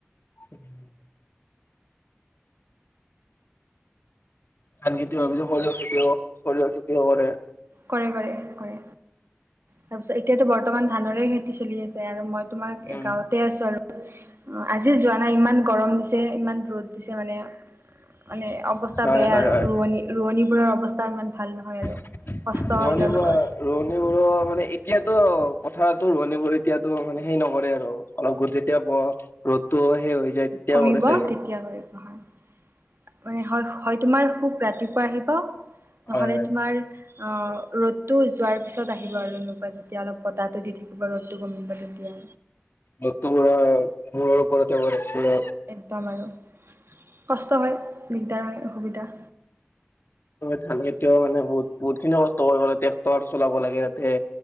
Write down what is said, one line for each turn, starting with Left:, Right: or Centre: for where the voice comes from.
Left: উম। ধান খেতি ভাবিছ সৰিয়ৰ খেতিয়ও সৰিয়ৰ খেতিয়ও কৰে।
Right: কৰে কৰে কৰে, তাৰপিছত এতিয়াতো বৰ্তমান ধানৰে খেতি চলি আছে। আৰু মই তোমাৰ
Left: উম
Right: গাঁওঁতে আছো আৰু আজি যোৱা নাই ইমান গৰম দিছে ইমান ৰ'দ দিছে মানে মানে অৱস্থা
Left: হয়
Right: বেয়া
Left: হয়
Right: আৰু
Left: হয়
Right: ৰোৱনী ৰোৱনীবোৰৰ অৱস্থা ইমান ভাল নহয় আৰু।
Left: ন
Right: কষ্ট হয় তেওঁলোকৰ
Left: নিব ৰোৱনী বোৰৰ মানে এতিয়াতো কথাটো ৰহনী বোৰ এতিয়াতো মানে সেই নকৰে আৰু। অলপ গূৰ যেতিয়া ব ৰ'দতটো সেই হৈ যায়। তেতিয়া
Right: সমমিব
Left: কৰে চাগে।
Right: তেতিয় কৰি নহয়। মানে হয়, হয় তোমাৰ খুব ৰাতিপুৱা আহিব
Left: হয়
Right: নহলে
Left: হয়
Right: তোমাৰ অ, ৰ'দটো যোৱাৰ পিছত আহিব আৰু। যেতিয়া অলপ পতাটো দি থাকিব ৰ'দটো কমিব তেতিয়া
Left: ন তু মোৰ মৰ পত বাৰছিল
Right: একদম আৰু কষ্ট হয়, দিগদাৰ হয়, অসুবিধা
Left: ধানে এতিয়াও মানে বহুত, বহুত খিনি কষ্ট কৰিব লাগে, ট্ৰেক্টৰ চলাব লাগে, তাতে